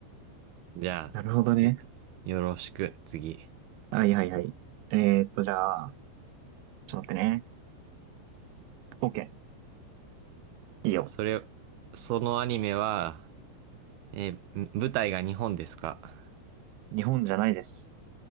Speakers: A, on the right; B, on the right.
A: じゃあ、
B: なるほどね。
A: よ、よろしく、次。
B: はいはいはい。えーっと、じゃあ、ちょっと待ってね。OK。いいよ。
A: それ、そのアニメは、えーん舞台が日本ですか
B: 日本じゃないです。